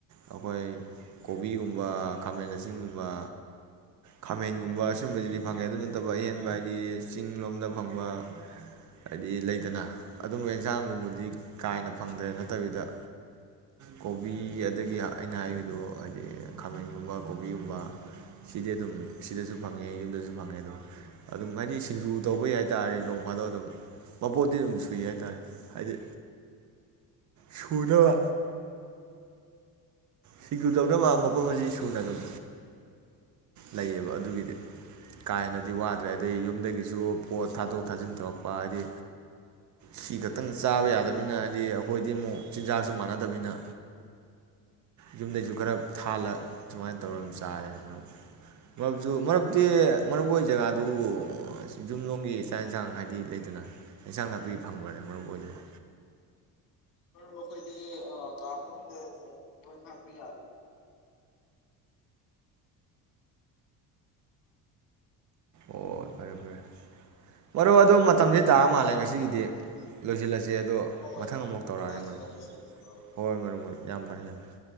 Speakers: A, on the right (about 50°); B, on the left (about 60°).
A: ꯑꯩꯈꯣꯏ ꯀꯣꯕꯤꯒꯨꯝꯕ ꯈꯥꯃꯦꯟ ꯑꯁꯤꯆꯤꯡꯒꯨꯝꯕ ꯈꯥꯃꯦꯟꯒꯨꯝꯕ ꯑꯁꯤꯒꯨꯝꯕꯁꯤꯗꯤ ꯐꯪꯉꯦ ꯑꯗꯨ ꯅꯠꯇꯕ ꯑꯍꯦꯟꯕ ꯍꯥꯏꯗꯤ ꯆꯤꯡ ꯂꯣꯝꯗ ꯐꯪꯕ ꯍꯥꯏꯗꯤ ꯂꯩꯇꯅ ꯑꯗꯨꯝꯕ ꯑꯦꯟꯖꯥꯡꯒꯨꯝꯕꯗꯤ ꯀꯥꯏꯅ ꯐꯪꯗ꯭ꯔꯦ ꯅꯠꯇꯕꯤꯗ ꯀꯣꯕꯤ ꯑꯗꯒꯤ ꯑꯩꯅ ꯍꯥꯏꯈꯤꯕꯗꯣ ꯍꯥꯏꯗꯤ ꯈꯥꯃꯦꯟꯒꯨꯝꯕ ꯀꯣꯕꯤꯒꯨꯝꯕ ꯁꯤꯗꯤ ꯑꯗꯨꯝ ꯁꯤꯗꯁꯨ ꯐꯪꯉꯦ ꯌꯨꯝꯗꯁꯨ ꯐꯪꯉꯦ ꯑꯗꯨꯝ ꯑꯗꯨꯝ ꯍꯥꯏꯗꯤ ꯁꯤꯡꯖꯨ ꯇꯧꯕꯩ ꯍꯥꯏꯇꯥꯔꯦ ꯅꯣꯡ ꯐꯥꯗꯣ ꯑꯗꯨꯝ ꯃꯄꯣꯠꯇꯤ ꯑꯗꯨꯝ ꯁꯨꯏ ꯍꯥꯏꯇꯥꯥꯔꯦ ꯍꯥꯏꯗꯤ ꯁꯨꯅ ꯁꯤꯡꯖꯨ ꯇꯧꯅꯕ ꯃꯥꯄꫭꯠ ꯃꯥꯆꯩ ꯑꯁꯤ ꯁꯨꯅ ꯑꯗꯨꯝ ꯂꯩꯌꯦꯕ ꯑꯗꯨꯒꯤꯗꯤ ꯀꯥ ꯍꯦꯟꯅꯗꯤ ꯋꯥꯗ꯭ꯔꯦ ꯑꯗꯩ ꯌꯨꯝꯗꯒꯤꯁꯨ ꯄꯣꯠ ꯊꯥꯗꯣꯛ ꯊꯥꯖꯤꯟ ꯇꯧꯔꯛꯄ ꯍꯥꯏꯗꯤ ꯁꯤ ꯈꯛꯇꯪ ꯆꯥꯕ ꯌꯥꯗꯕꯅꯤꯅ ꯍꯥꯏꯗꯤ ꯑꯩꯈꯣꯏꯗꯤ ꯑꯃꯨꯛ ꯆꯤꯟꯖꯥꯛꯁꯨ ꯃꯥꯟꯅꯗꯕꯅꯤꯅ ꯌꯨꯝꯗꯩꯁꯨ ꯈꯔ ꯊꯥꯍꯜꯂ ꯁꯨꯃꯥꯏꯅ ꯇꯧꯔ ꯆꯥꯔꯦꯅ ꯃꯔꯨꯞ ꯃꯔꯨꯞꯁꯨ ꯃꯔꯛꯇꯤ ꯃꯔꯨꯞ ꯑꯣꯏ ꯖꯒꯥꯗꯨꯕꯨ ꯌꯨꯝꯂꯣꯡꯝꯒꯤ ꯆꯥꯛ ꯏꯟꯁꯥꯡ ꯍꯥꯏꯗꯤ ꯂꯩꯗꯅ ꯏꯟꯁꯥꯡ ꯅꯥꯄꯤ ꯐꯪꯕ꯭ꯔꯅꯦ ꯃꯔꯨꯞ ꯍꯣꯏꯗꯨꯕ
B: ꯑꯩꯈꯣꯏꯗꯤ ꯀꯥ ꯃꯅꯨꯡꯗ ꯊꯣꯡꯕ ꯊꯥꯛꯄ ꯌꯥꯕ
A: ꯑꯣ ꯐꯔꯦ ꯐꯔꯦ ꯃꯔꯨ ꯑꯗꯨ ꯃꯇꯝꯁꯤ ꯇꯥ ꯃꯥꯜꯂꯦ ꯉꯁꯤꯒꯤꯗꯤ ꯂꯣꯏꯁꯤꯜꯂꯁꯤ ꯏꯆꯦ ꯑꯗꯣ
B: ꯍꯣꯏ
A: ꯃꯊꯪ ꯑꯃꯨꯛ ꯇꯧꯔꯛꯑꯒꯦ
B: ꯃꯇꯥꯡꯁꯤꯗ
A: ꯃꯔꯨꯞ
B: ꯂꯣꯏꯁꯤꯜꯂꯁꯤ ꯃꯔꯨꯞ
A: ꯍꯣꯏ ꯍꯣꯏ ꯃꯔꯨꯞ ꯃꯔꯨꯞ ꯌꯥꯝ ꯐꯔꯦ ꯌꯥꯝ ꯐꯔꯦ